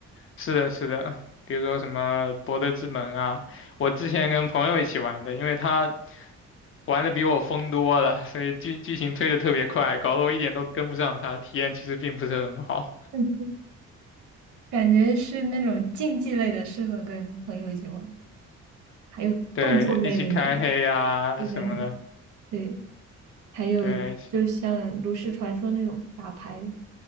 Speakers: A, on the left (about 45°); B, on the right (about 75°).
A: 是的，是的，比如说什么博德之门啊，我之前跟朋友一起玩的，因为他玩的比我疯多了，所以剧剧情推的特别快，搞得我一点都跟不上他，体验其实并不是很好。
B: <laughs> 嗯感觉是那种竞技类的适合跟朋友一起玩，还有动作类的那种。
A: 对，一起开黑啊什么的，
B: 对对对对，还有就像炉石传说那种打牌的。
A: 对，一起